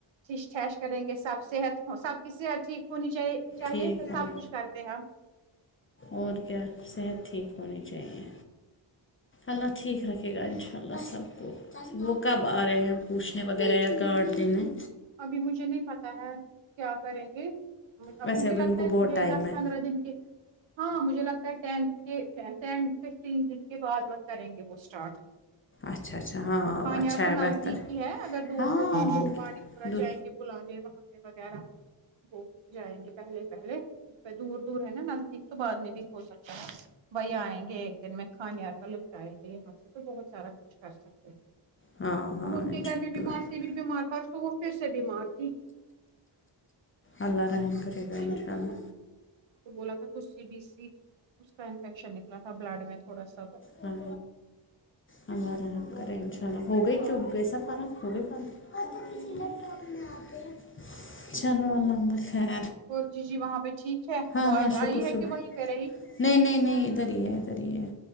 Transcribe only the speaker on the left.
ٹھیک
ہونی
اور کیا صحت ٹھیک ہونی چاہیے اللہ ٹھیک رکھے
گا انشاء اللہ سب کو وہ کب آ رہے ہیں پوچھنے وغیرہ یا کارڈ دینے
ویسے
ابھی
ان کو
بہت
ٹائم
ہے
اچھا اچھا
اچھا
ہے
بہتر
ہاں
ان کو دو
ہاں ہاں
انشاء
اللہ
اللہ رحم کرے
گا انشاء اللہ
ہاں اللہ رحم کریں ان شاء اللہ ہوگئے <unintelligible> چلو اللہ خیر
ہاں
ہاں شکر
شکر
نہیں نہیں نہیں ادھر ہی ہے ادھر ہی ہے